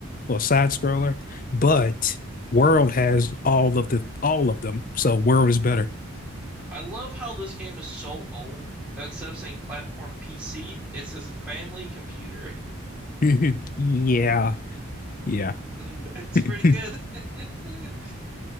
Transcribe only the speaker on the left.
well, side scroller, but World has all of the all of them, so World is better.
<laughs> Yeah, yeah.
<laughs>